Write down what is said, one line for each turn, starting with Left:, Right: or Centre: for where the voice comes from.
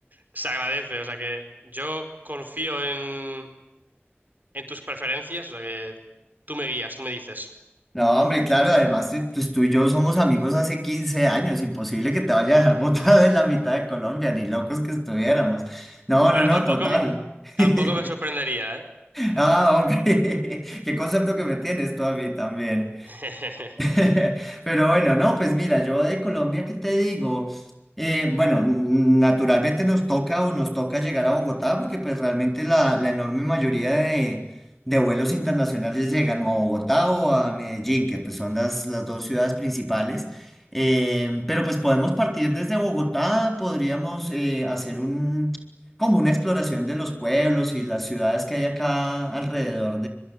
Right: se agradece. O sea que yo confío en, en tus preferencias, o sea que tú me guías, tú me dices.
Centre: No, hombre, claro, además eh, pues, tú y yo somos amigos hace 15 años, imposible que te vaya a dejar <laughs> botado en la mitad de Colombia, ni locos que estuviéramos. No,
Right: Bueno,
Centre: no, no,
Right: tampoco,
Centre: total.
Right: me-
Centre: <laughs>
Right: tampoco me sorprendería, ¿eh?
Centre: Ah, hombre, <laughs> qué concepto que me tienes tú a mí también.
Right: <laughs>
Centre: <laughs> Pero bueno, no, pues mira, yo de Colombia, ¿qué te digo? Eh, bueno, n- naturalmente nos toca o nos toca llegar a Bogotá porque pues realmente la, la enorme mayoría de, de vuelos internacionales llegan o a Bogotá o a Medellín, que pues son las, las dos ciudades principales. Eh, pero pues podemos partir desde Bogotá, podríamos eh, hacer un, como una exploración de los pueblos y las ciudades que hay acá alrededor